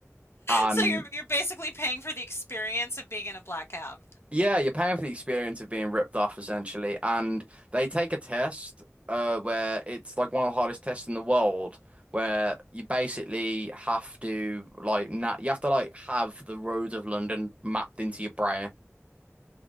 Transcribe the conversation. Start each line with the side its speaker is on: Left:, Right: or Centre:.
Right: And
Left: So you're you're basically paying for the experience of being in a black cab.
Right: yeah, you're paying for the experience of being ripped off essentially. And they take a test uh where it's like one of the hardest tests in the world where you basically have to like na you have to like have the roads of London mapped into your brain.